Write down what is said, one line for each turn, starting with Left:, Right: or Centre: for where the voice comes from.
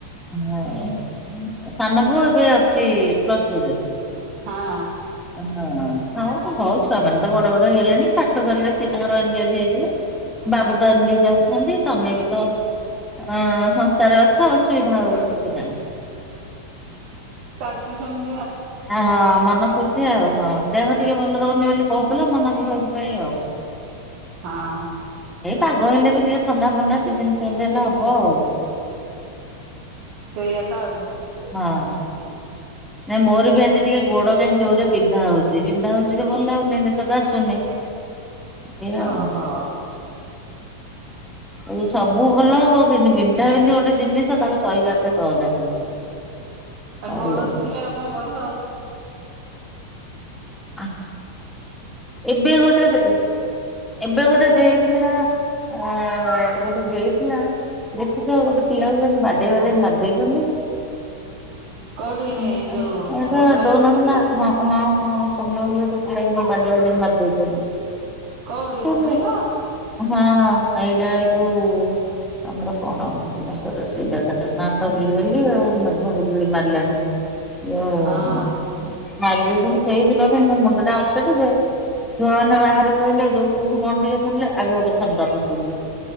Centre: ହଁ, ସାନ ପୁଅ ଏବେ ଅଛି ପ୍ଲସଟୁରେ?
Right: ହଁ।
Centre: ଅହଁ। ହଉ, ହଉ ଛୁଆମାନେ ତ ବଡ ବଡ ହେଇଲେଣି, ପାଠ ପଢିଲେ ସିଏ ତାଙ୍କର ଏନଗେଜ ହେଇଯିବେ। ବାବୁତ ଏନଗେଜ୍ ଅଛନ୍ତି ତମେବି ତ ହଁ ସଂସ୍ଥାରେ ଅଛ ଅସୁବିଧା ଆଉ କିଛି ନାହିଁ।
Right: ଚାଲିଛି ସମ
Centre: ହଁଆଃ ମନ ଖୁସି ଆଉ ହଁ। ଦେହ ଟିକେ ଭଲ ରହୁନି ବୋଲି କହୁଥିଲ, ମନଦୁଃଖ ହେଇଥିପାଇଁ ଆଉ।
Right: ହଁ
Centre: ପାଗ ହେଲେବି ଟିକେ ଥଣ୍ଡା ଫଣ୍ଡା ସିଜିନ ଚେଞ୍ଜ ହେଲେ ହବ ଆଉ।
Right: ତେୟାତ ଆଉ।
Centre: ହଁ, ନାଇଁ ମୋର ବି ଆଜି ଟିକେ ଗୋଡ କାଇଁ ଯୋରରେ ବିନ୍ଧା ହଉଛି, ବିନ୍ଧା ହଉ ଯଦି ଭଲ ଲାଗୁନି ନିଦଟା ଆସୁନି। ଏଇଆ
Right: ଓହୋ।
Centre: ଆଉ। ଆଉ ସବୁ ଭଲ ହବ। ଯେମିତି ବିନ୍ଧା ବିନ୍ଧି ଗୋଟେ ଜିନିଷ, ତାକୁ ସହିବା ଏତେ ସହଜ ନୁହଁ। ସହି
Right: ଆଉ ଗୋଡ
Centre: ହବନି
Right: ବିନ୍ଧିଲେ ଆଉ କଣ କରିବ ଆଉ।
Centre: ଆ <inaudible> ଏବେ ଗୋଟେରେ ଏବେ ଗୋଟେ ଦେଇଥିଲା, ଆ ଗୋଟେ ଦେଇଥିଲା। ଦେଖିଚ, ଗୋଟେ ପିଲାଙ୍କୁ କେମିତି ବାଡେଇ ବାଡେଇ ମାରି ଦେଇଚନ୍ତି।
Right: କୋଉଠି
Centre: <unintelligible>
Right: ଯୋଉ
Centre: ଏଟା
Right: ମୋବାଇଲରେ
Centre: ଦଉନଥିଲା
Right: ଦେଖଉଥିଲା
Centre: ହଁ ହଁ ହଁ। ସୋମ୍ୟ ବୋଲି ଗୋଟେ ପିଲାକୁ ଯୋଉ ବଡେଇ ବଡେଇ ମାରି ଦେଇଛନ୍ତି।
Right: କୋଉଠି
Centre: ତାହେଲେ
Right: ଭୁବନେଶ୍ଵର
Centre: ହଁ ହେଇଟା ଏଇ ଯୋଉ। ଆମର କଣ ଭୁବନେଶ୍ଵରରେ ସେଇ ଜାଗାଟା ନା ତ ଭୁଲିଗଲି ଆଉ ମେଘ ବୁଜୁଳି ମାରିଲାଣି। <unintelligible>
Right: ହଁ
Centre: ମାରିଦେଇଚନ୍ତି ସେଇ ଦିନଠୁ ମୋ ମୁଣ୍ଡଟା ଅପସେଟ ଯେ ଛୁଆମାନେ ବାହାରେ ରହିଲେ ଯୋଉ କୋଉଠୁ କଣ ଟିକେ ଶୁଣିଲେ ଆଗେ ଗୋଟେ ଛନକା ପଶି ଯାଉଛି।